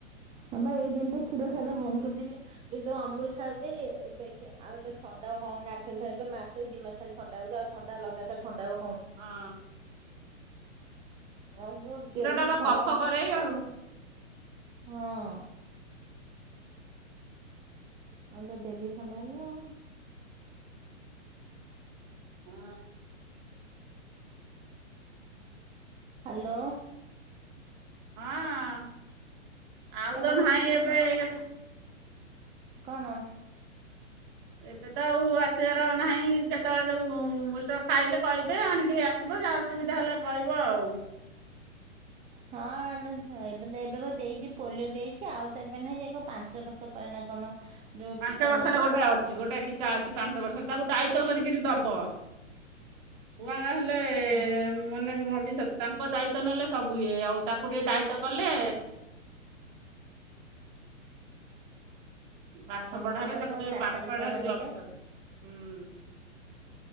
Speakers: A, on the right; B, on the right.
A: ହଁବା ଏଇ ଦିନ୍ ଟେ କ୍ଷୀର ଖିଆଟା ବନ୍ଦ କଦେଲି ଦେଲି ତାକୁ ଅମୁଲ ଖାଇବାକୁଦେଲି ଏବେ କିଏ ଆଉ ଏବେ ଥଣ୍ଡା ହଉନି ଆଠ ଦିନରେ ଥରେ ଏବେ ମାସେ ଦି ମାସ ଖାଲି ଥଣ୍ଡା ହଉଛି। ଆଉ ଥଣ୍ଡା ଲଗାତାର ଥଣ୍ଡା ଆଉ ହଉନି।
B: ହଁ
A: ଆଗୁରୁ
B: କ୍ଷୀର
A: ଡେଲି
B: ଟା ବା
A: ଥଣ୍ଡା
B: କଫ
A: ହବ
B: କରେ ଆଉ
A: ହଁ। ଆଉତ ଡେଲି ଥଣ୍ଡା ହେଲା ଆଉ।
B: ହଁ
A: ହାଲୋ।
B: ହଁ ଆଉ
A: ଏ
B: ତ
A: ତମେ
B: ନାହିଁ
A: ସେ କୁ
B: ଏବେ ଏୟାତ
A: କଣ?
B: ଏବେ ତ ଆଉ ଆସିବାର ନାହିଁ ଯେତେବେଳେ ଯୋଉ ବୁଷ୍ଟର ଖାଇଲେ କହିବେ ଆଣିକିରି ଆସିବ ଯା ଅସୁବିଧା ହେଲେ କହିବ ଆଉ।
A: ହଁ ଆମେ ଏବେ ତ ଏବେ କ ଦେଇଛି ପୋଲିଓ ଦେଇଛି ଆଉ ତ ଏବେ ନାଇଁ ଯଇ କ ପାଞ୍ଚ ବର୍ଷ ପରେ ନା କଣ। ଯୋଉ
B: ପାଞ୍ଚ
A: ଟୀକା
B: ବର୍ଷରେ
A: ନବ
B: ଗୋଟାଏ ଅଛି ଗୋଟାଏ ଟୀକା ଅଛି ପାଞ୍ଚ ବର୍ଷରେ ତାକୁ ଦାୟିତ୍ବ କରିକରି ଦବ। ଛୁଆ ହେଲେ
A: ହଁ
B: ମାନେ ଭବିଷ୍ୟତ ତାଙ୍କ ଦାୟିତ୍ୱ ନେଲେ ସବୁ ହୁଏ ଆଉ ତାକୁ ଟିକେ ଦାୟିତଵ କଲେ ପାଠ ପଢାରେ
A: ପାଞ୍ଚ ବର୍ଷ
B: ତାକୁ ଟ
A: ଚାରିଟା
B: ପାଠ
A: ଟୀକା
B: ପଢାରେ
A: ବା ନେବେ।
B: ଲକ୍ଷ ହୁଁ